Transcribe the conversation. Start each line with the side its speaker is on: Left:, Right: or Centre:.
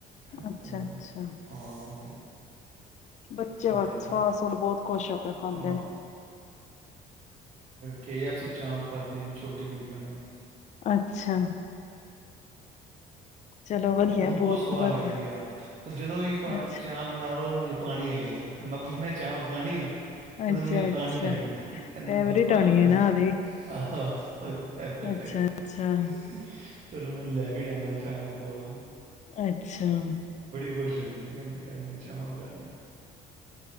Right: ਉਹ
Left: ਅੱਛਾ, ਅੱਛਾ।
Right: ਆਮ
Left: ਬੱਚੇ
Right: ਫਰਾਈ
Left: ਬਸ ਫਾਸਟ- ਫੁੜ ਬਹੁਤ ਖੁਸ਼ ਹੋ ਕੇ ਖਾਂਦੇ
Right: ਆ
Left: ਨੇ।
Right: ਕੇ ਐੱਫ ਸੀ ਚਾਂਪ ਖਾਧੀ, ਛੋਟੀ ਕੁੜੀਆਂ ਨੇ।
Left: ਅੱਛਾ। ਚਲੋ ਵਧੀਆ
Right: ਉਹਨੂੰ ਬਹੁਤ ਸਵਾਦ
Left: ਵਧੀਆ
Right: ਲੱਗਦੀ ਆ, ਉਹ ਜਦੋਂ ਵੀ
Left: ਅੱਛਾ
Right: ਚਾਹ ਬਣਾ ਪਾਣੀ ਆਈ ਜਾਂਦਾ ਹੈ <inaudible> ਮੈਂ ਚਾਂਪ ਖਾਣੀ ਆ, ਉਹਦੇ
Left: ਅੱਛਾ
Right: ਮੂੰਹਚ
Left: ਅੱਛਾ
Right: ਪਾਣੀ ਆਈ ਜਾਂਦਾ, ਕਹਿੰਦੀ
Left: ਫੇਵਰੇਟ
Right: ਪਾਪਾ
Left: ਹੋਣੀ
Right: ਮੇਰੇ ਮੂੰਹ
Left: ਹੈ ਨਾ ਉਹਦੀ
Right: ਹੋ ਫੈਰੇਟ
Left: ਅੱਛਾ ਅੱਛਾ
Right: <inaudible> ਫਿਰ ਮੈਂ ਲੈ ਕੇ ਜਾਂਦਾ। ਜਾਾਗਵਾਨ <inaudible>
Left: ਅੱਛਾ। ਸਮ <inaudible>
Right: ਖੁਸ਼ ਹਦੀ ਕ ਹੁੰਦੀ ਅੱਜ ਮੈਂ ਚਾਂ ਉਗਾਾਦੀ <inaudible>